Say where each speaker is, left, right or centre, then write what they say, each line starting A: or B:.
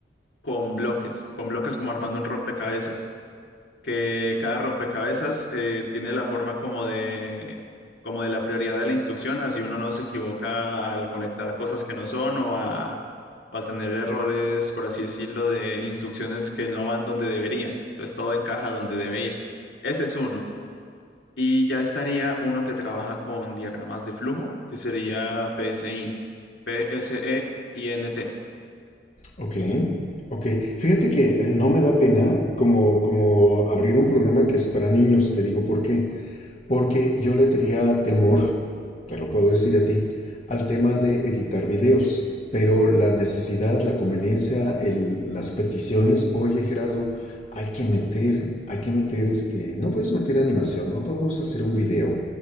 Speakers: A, on the left; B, on the left.
A: con bloques, con bloques como armando un rompecabezas que cada rompecabezas eh, tiene la forma como de, como de la prioridad de la instrucción, así uno no se equivoca al conectar cosas que no son o, a, o al tener errores, por así decirlo, de instrucciones que no van donde deberían. Entonces todo encaja donde debe ir. Ese es uno. Y ya estaría uno que trabaja con diagramas de flujo, que sería PSEINT. P-S-E-I-N-T.
B: Ok, ok. Fíjate que eh, no me da pena como, como abrir un programa que es para niños, te digo por qué. Porque yo le tenía temor, te lo puedo decir a ti, al tema de editar videos. Pero la necesidad, la conveniencia, el- las peticiones, oye Gerardo, hay que meter, hay que meter este, no puedes meter animación, no podemos hacer un video.